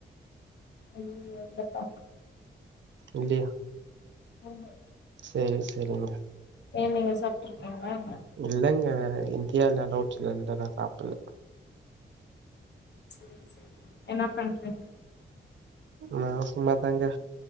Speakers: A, on the left; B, on the right.
A: ஐயய்யோ இல்லப்பா
B: இல்லயா
A: ஆமா
B: சேரி சேரிங்க
A: நீங்க சாப்ட்ருக்கீங்களா என்ன
B: இல்லங்க இந்தியால அல்லோட் இல்ல நா சாப்புட்ல
A: சேரி சேரி என்ன பண்றீங்க
B: நா சும்மாதாங்க